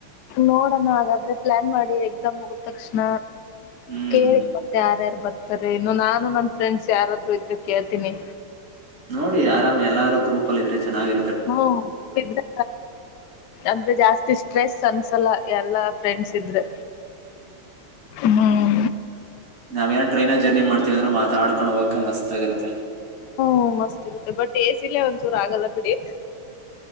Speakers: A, on the left; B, on the right.
A: ನೋಡೋಣ ಹಾಗಾದ್ರೆ ಪ್ಲಾನ್ ಮಾಡಿ ಎಕ್ಸಾಮ್ ಮುಗದ ತಕ್ಷಣ
B: ಹ್ಮ್
A: ಕೇಳಿ ಫಸ್ಟ್ ಯಾರ್ಯಾರ ಬರ್ ತಾರೆ ಇನ್ನು ನಾನು ನನ್ ಫ್ರೆಂಡ್ಸ್ ಯಾರಾದ್ರು ಇದ್ರೆ ಕೇಳ್ತೀನಿ
B: ನೋಡಿ ಆರಾಮ ಎಲ್ಲಾರು ಗ್ರೂಪ್ ಅಲ್ಲಿ ಇದ್ರೆ ಚೆನ್ನಾಗಿ
A: ಹ್ಮ ಹ ಗ್ರೂಪ್ ಇದ್ರೆ ಅಂದ್ರೆ ಜಾಸ್ತಿ ಸ್ಟ್ರೆಸ್ ಅನ್ಸಲ್ಲ ಎಲ್ಲಾ ಫ್ರೆಂಡ್ಸ್ ಇದ್ರೆ ಹ್ಮ್
B: ನಾವೇಏನ ಟ್ರೈನ್ಗ ಜರ್ನಿ ಮಾಡ್ತೀವ ಅಂದ್ರರು ಮಾತಾಡ್ಕೊಂಡ್ ಹೋಗಕ ಮಸ್ತ್ ಆಗಿರುತ್ತೆ.
A: ಹ ಮಸ್ತ್ ಇರುತ್ತ ಬಟ್ ಎಶಿ ಒಂದಚೂರು ಆಗಲ್ಲ ಬಿಡಿ